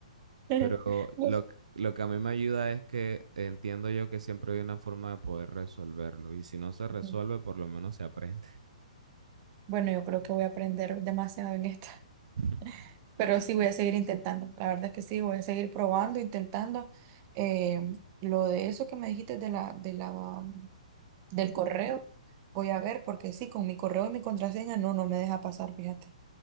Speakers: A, on the right; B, on the right.
A: <laughs>
B: pero
A: Pues,
B: lo, que- lo que a mí me ayuda es que entiendo yo que siempre hay una forma de poder resolverlo y si no se
A: Ujú.
B: resuelve, por lo menos se aprende.
A: Bueno, yo creo que voy a aprender demasiado en esta,
B: <laughs>
A: <laughs> pero sí voy a seguir intentando. La verdad es que sí, voy a seguir probando, intentando. Eh, lo de eso que me dijiste de la, de la, del correo, voy a ver porque sí, con mi correo y mi contraseña, no, no me deja pasar, fíjate,